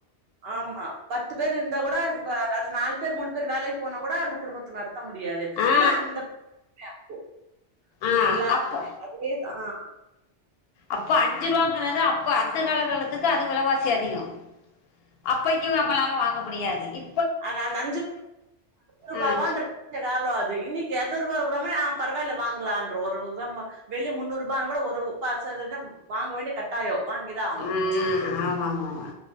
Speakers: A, on the right (about 65°); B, on the left (about 65°).
A: ஆமா பத்து பேர் இருந்தா கூட அது ப அது நால் பேர் மூன் பேர் வேலைக்கி போனா கூட அந்த குடும்பத்த நட த்த முடியாது
B: ஆ
A: ஆனா அந்த கொ
B: ஆ
A: இல்லைங்களா
B: அப்போ
A: <inaudible> ஆமா
B: அப்ப அஞ்சுருவாங்கறது அப் ப அந்த காலகட்டத்துக்கு அது வெலவாசி அதிகோ அப்பக்கி நம்மளால வாங்க முடியாது இ
A: அத அந் அஞ்சு ரூபாவா
B: ஆ
A: ன்ற தாலொ அது இன்னிக்கு எத் ரூபா ரு பரவால்ல வாங்லான்ற ஒரு ஒவ்வருவாவும் வெளி முன்னூறு ரூபானு கூட ஒரு பாச வாங்க வேண்டி கட்டாயம் வாங்கிதான் ஆகணும்
B: ம்ம் ஆம ஆமா